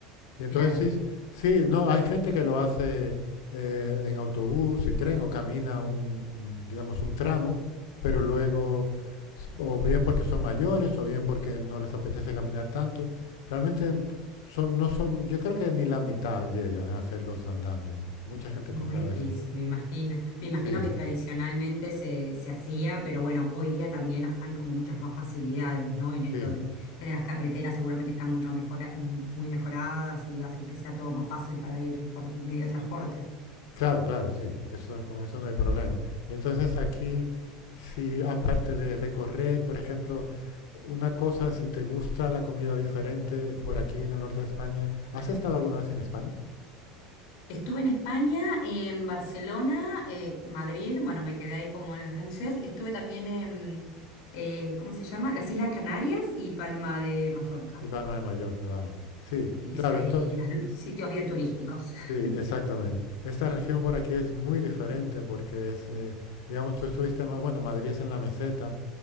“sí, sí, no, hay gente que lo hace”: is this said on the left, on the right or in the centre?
Left